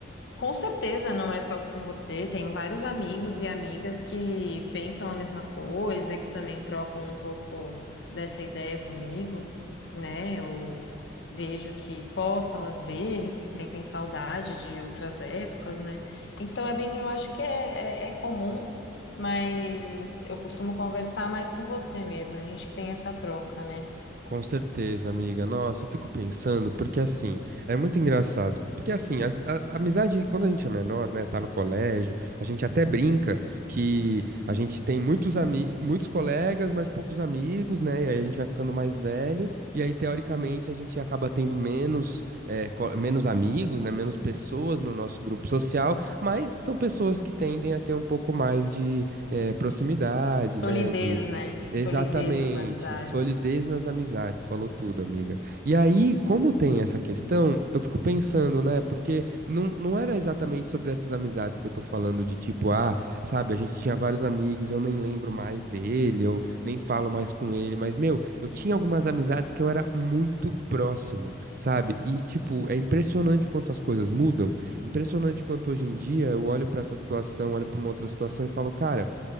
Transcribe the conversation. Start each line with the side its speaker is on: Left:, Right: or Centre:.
Left: Com certeza não é só com você, tenho vários amigos e amigas que pensam a mesma coisa, que também trocam um pouco dessa ideia comigo, né? Eu vejo que postam às vezes, que sentem saudade de outras épocas, né? Então é bem, eu acho que é, é, é comum, mas eu costumo conversar mais com você mesmo, a gente que tem essa troca, né?
Right: Com certeza, amiga. Nossa, eu fico pensando, porque assim, é muito engraçado. Porque assim, as- a, a amizade, quando a gente é menor, né, tá no colégio, a gente até brinca que a gente tem muitos amigos muitos colegas, mas poucos amigos, né? E aí a gente vai ficando mais velho, e aí, teoricamente, a gente acaba tendo menos, eh, co- menos amigos, né? Menos pessoas no nosso grupo social, mas são pessoas que tendem a ter um pouco mais de, eh, proximidade, né?
Left: Solidez, né?
Right: Exatamente,
Left: Solidez nas amizades.
Right: solidez nas amizades, falou tudo, amiga. E aí, como tem essa questão, eu fico pensando, né? Porque não, não era exatamente sobre essas amizades que eu tô falando, de tipo, ah, sabe, a gente tinha vários amigos, eu nem lembro mais dele, eu nem falo mais com ele, mas, meu, eu tinha algumas amizades que eu era muito próximo, sabe? E, tipo, é impressionante quanto as coisas mudam, impressionante quanto hoje em dia eu olho pra essa situação, olho pra uma outra situação e falo, cara.